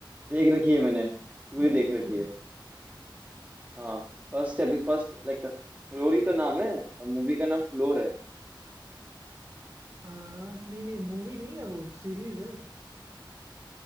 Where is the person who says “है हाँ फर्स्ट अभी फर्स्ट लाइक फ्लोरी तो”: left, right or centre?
Right